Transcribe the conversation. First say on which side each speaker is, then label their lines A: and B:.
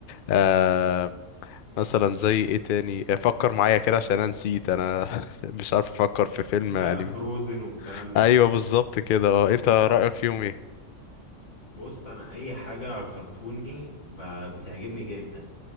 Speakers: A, on the left; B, on the left.
A: آه، مثلا زي ايه تاني فكر معايا كده عشان انا نسيت انا <laughs> مش عارف افكر في فيلم
B: في بقى
A: انمي
B: فروزن والكلام ده
A: ايوه بالظبط كده اه انت رأيك فيهم ايه
B: بص انا اي حاجه كرتوني ب- بتعجبني جدا